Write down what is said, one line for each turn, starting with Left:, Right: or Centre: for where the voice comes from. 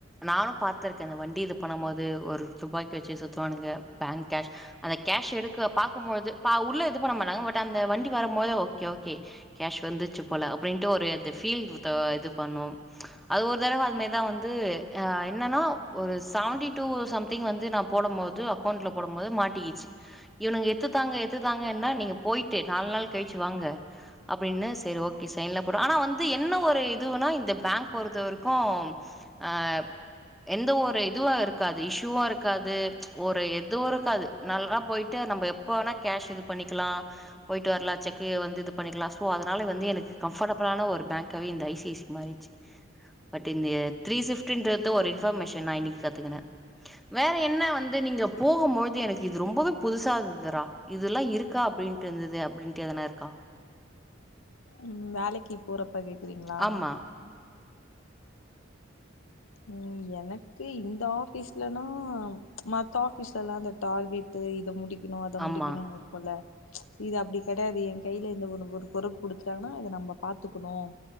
Centre: நானு பாத்துருக்கே இந்த வண்டி இது பண்ணும்போது ஒரு தூப்பாக்கி வச்சு சுத்துவானுங்க பேங்க் கேஷ் அந்த கேஷ் எடுக்க பாக்கும்பொழுது பாக் உள்ள இது பண்ண மாட்டாங்க பட் அந்த வண்டி வரம்போது ஓகே ஓகே கேஷ் வந்துச்சு போல அப்டின்ட்டு ஒரு அந்த ஃபீல் த இது பண்ணு அது ஒரு தடவ அதுமாரி தா வந்து என்னன்னா ஒரு செவன்டி டூ சம்திங் வந்து நா போடும் போது அக்கௌண்ட்ல போடும் போது மாட்டிக்கிச்சு இவனுங்க எத்துத்தாங்க எத்துத்தாங்கன்னா நீங்க போயிட்டு நாலு நாள் கழிச்சு வாங்க அப்டின்னு சேரி ஓகே சைன்லா போட்றோ ஆனா வந்து என்ன ஒரு இதுவுன்னா இந்த பேங்க் பொறுத்த வரைக்கு ஆ எந்த ஒரு இதுவு இருக்காது இஷ்யூவு இருக்காது ஒரு எதுவு இருக்காது நல்லா போயிட்டு நம்ப எப்போ வேணா கேஷ் இது பண்ணிக்கலா போயிட்டு வர்லா செக்கு வந்து இது பண்ணிக்கலா ஸோ அதனால வந்து எனக்கு கம்ஃபர்டபிளான ஒரு பேங்காவே இந்த ஐ சி ஐ சி மாறிச்சு பட் இந்த த்ரீ ஃபிஃப்டின்றது ஒரு இன்ஃபர்மேஷன் நா இன்னைக்கு கத்துக்குன வேற என்ன வந்து நீங்க போகும் பொழுது எனக்கு இது ரொம்பவே புதுசா இருந்ததுரா இதுல்லா இருக்கா அப்டின்ட்டு இருந்தது அப்டின்ட்டு எதனா இருக்கா
Left: ம் வேலைக்கு போறப்ப கேக்குறீங்களா
Centre: ஆமா
Left: ம் எனக்கு இந்த ஆஃபீஸ்லனா மத்த ஆஃபீஸ்லல்லா இந்த டார்கெட்டு இத முடி க்கணு அத
Centre: ஆமா
Left: முடிக்கணும்னு இருக்குல இது அப்டி கெடையாது ஏ கையில இந்த ஒன்னு ஒரு பொறுப்பு குடுத்துட்டாங்கன்னா இத நம்ப பாத்துக்கணு